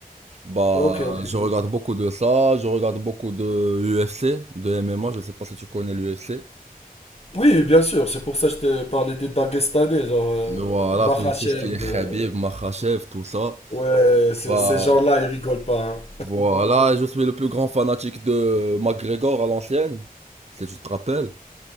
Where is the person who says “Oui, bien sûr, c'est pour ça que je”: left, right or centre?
Left